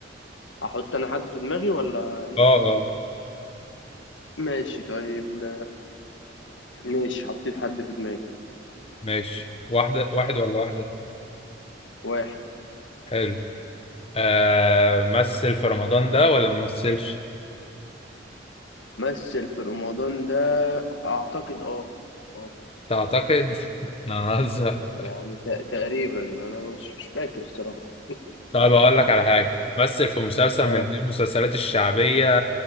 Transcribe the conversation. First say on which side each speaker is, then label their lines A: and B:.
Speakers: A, on the left (about 75°); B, on the left (about 30°).
A: احط انا حد في دماغي ولا انت
B: اه اه
A: ماشي طيب ماشي حطيت حد في دماغي
B: ماشي واحده واحد ولا واحده
A: واحد
B: حلو آه مثل في رمضان ده ولا ما مثلش
A: مثل في رمضان ده اعتقد اه اه
B: تعتقد <laughs> انا هزهق
A: يعني تق- تقريبا انا مش مش فاكر الصراحه
B: طيب اقول لك على حاجه مثل في مسلسل
A: آه.
B: من اللي هي المسلسلات الشعبيه